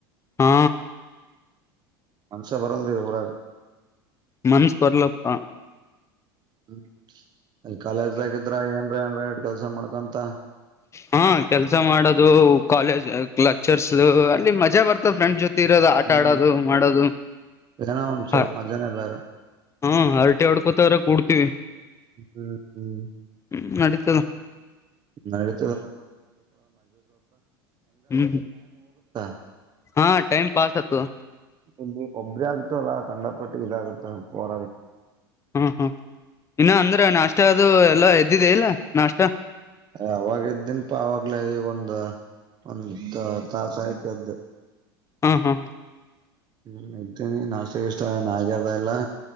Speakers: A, on the left; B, on the right.
A: ಹಾ
B: ಮನಸ್ಯ್ ಬರಲ್ದ ಈ ಉರಾಗ್.
A: ಮನ್ಸ್ ಬರ್ಲಪ್ಪಾ.
B: ಹ್ಮ್ ಅಲ್ಲಿ ಕಾಲೇಜ್ದಾಗಿದ್ರ ಏನ್ರೆ ಏನ್ರೆ ಇಟ್ ಕೆಲ್ಸ ಮಾಡ್ಕೊಂತ.
A: ಹಾ ಕೆಲ್ಸ ಮಾಡೋದು ಕಾಲೇಜ್ ಕ್ಲಚರ್ಸ್ ಅಲ್ಲಿ ಮಜಾ ಬರ್ತದ. ಫ್ರೆಂಡ್ ಜೊತಿ ಇರೋದು ಆಟ
B: ಹ್ಮ್
A: ಆಡೋದು ಮಾಡೋದು.
B: ಏನೋ ಒಂದ್ ಸ್ವಲ್ಪ
A: ಹ
B: ಮಜಾನೇ ಬೇರೆ
A: ಹ್ಮ ಹರಟೆ ಹೊಡ್ಕೊತರ ಕೂಡ್ತೀವಿ.
B: ಹ್ಮ್ ಹ್ಮ್
A: ಹ್ಮ್ ನಡೀತದ
B: ನಡಿ
A: ಹ್ಮ್
B: <unintelligible>
A: ಹಾ ಟೈಮ್ ಪಾಸ್ ಆತದ.
B: ಇಲ್ಲಿ ಒಬ್ಬರೆ ಆಗ್ತಿವಲ್ಲ ಕಂಡಪಟ್ಟಿ ಇದಾಗುತ್ತ ಬೋರ್ ಆಗುತ್ತ.
A: ಹ್ಮ್ ಹ್ಮ್ ಇನ್ನ ಅಂದ್ರೆ ನಾಷ್ಟ ಅದು ಎಲ್ಲ ಎದ್ದಿದೆ ಇಲ್ಲ ನಾಷ್ಟ,
B: ಅವಾಗ ಇದ್ದನ್ ಪಾ ಅವಾಗ್ಲ ಈಗ ಒಂದು, ಒಂದ ತಾಸ ಆಯತ ಎದ್ದು.
A: ಹ್ಮ್ ಹ್ಮ್ ಹ್ಮ.
B: ಹ್ಮ್ ಇದ್ದೇನಿ ನಾಷ್ಟ ಇಷ್ಟನ್ ಆ ನಾ ಆಗ್ಯದ ಎಲ್ಲಾ.